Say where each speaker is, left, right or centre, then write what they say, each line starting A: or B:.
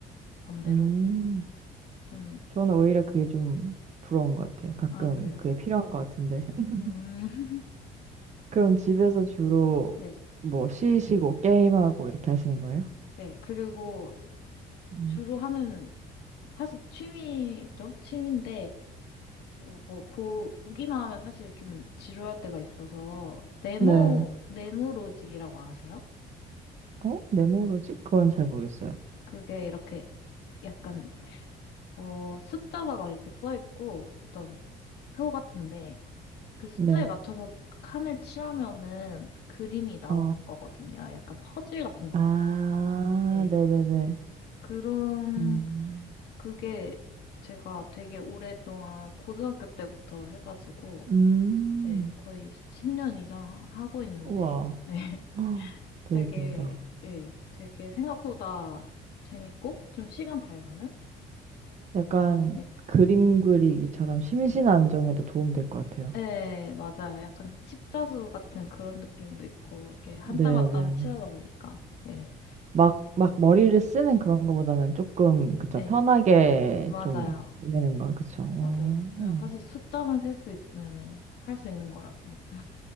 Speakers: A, on the left (about 75°); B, on the right (about 45°).
A: 반대로
B: 음,
A: 좀,
B: 저는 오히려 그게 좀 부러운 것 같아요. 가끔
A: 아, 그래요.
B: 그게 필요한 것 같은데. <laughs>
A: 음, <laughs>
B: 그럼 집에서 주로
A: 네.
B: 뭐 쉬시고 게임하고 이렇게 하시는 거예요?
A: 네. 그리고
B: 음.
A: 주로 하는 사실 취미죠? 취미인데, 어, 뭐, 보, 보기만 하면 사실 좀 지루할 때가 있어서, 네모,
B: 네.
A: 네모로직이라고 아세요?
B: 어? 네모로직? 그건 잘
A: 네.
B: 모르겠어요.
A: 그게 이렇게 약간, 어, 숫자가 막 이렇게 써 있고, 어떤 표 같은데, 그 숫자에
B: 네.
A: 맞춰서 칸을 칠하면은 그림이 나오는
B: 아.
A: 거거든요. 약간 퍼즐 같은 거예요.
B: 아,
A: 네.
B: 네네네.
A: 그런,
B: 음,
A: 그게 제가 되게 오랫동안 고등학교 때부터 해가지고,
B: 음,
A: 예, 거의 10년 이상 하고 있는데,
B: 우와.
A: 네, <laughs>
B: <gasps> 헉, 되게
A: 되게,
B: 길다.
A: 예, 되게 생각보다 재밌고, 좀 시간 잘 가는?
B: 약간
A: 예,
B: 그림 그리기처럼 심신 안정에도 도움 될 것 같아요.
A: 예, 맞아요. 약간 십자수 같은 그런 느낌도 있고, 이렇게 한
B: 네네네.
A: 땀 한 땀 칠하다 보니까, 예,
B: 막, 막 머리를 쓰는 그런 거보다는 조금, 그쵸,
A: 예,
B: 편하게
A: 맞아요.
B: 좀 보내는 거, 그쵸. 음,
A: 맞아요. 그냥
B: 음.
A: 사실 숫자만 셀 수 있으면은 할 수 있는 거라서,